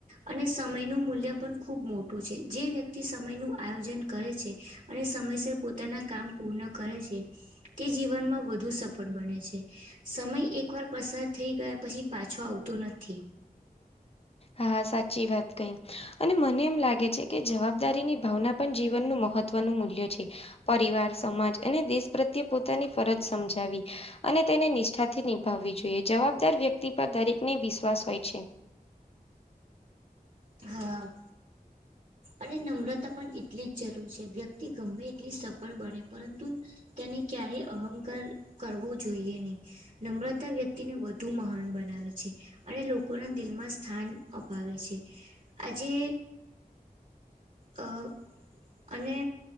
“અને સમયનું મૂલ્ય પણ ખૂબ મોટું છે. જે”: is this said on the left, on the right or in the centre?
Right